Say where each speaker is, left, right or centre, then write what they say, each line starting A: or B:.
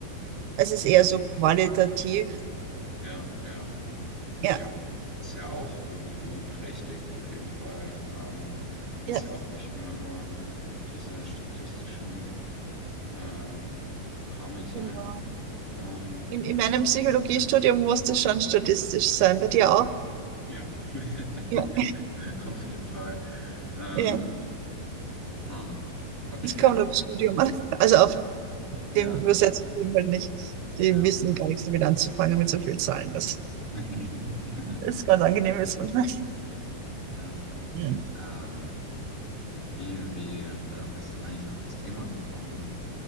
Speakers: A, on the right; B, on the right.
A: es ist eher so qualitativ.
B: Ja, ja.
A: Ja,
B: Ja, ist ja auch irgendwie berechtigt, auf jeden Fall. Ähm, muss
A: ja.
B: ja ja, auch nicht immer nur diese statistischen äh, Programme sein.
A: Genau.
B: Ähm,
A: In, in meinem Psychologiestudium musste schon statistisch sein. Bei dir auch?
B: ja, <laughs>
A: Ja,
B: auf jeden Fall. Ähm,
A: ja.
B: ah, okay,
A: Es kommt aufs Studium an. Also auf
B: ja,
A: dem Übersetzungsstudium halt nicht. Die
B: ja.
A: wissen gar nichts damit anzufangen mit so viel Zahlen. Das
B: <laughs>
A: ist ganz angenehm jetzt manchmal.
B: Ja, ja.
A: Mhm.
B: Ähm, Wie, wie äh, bist du eigentlich auf das Thema gekommen?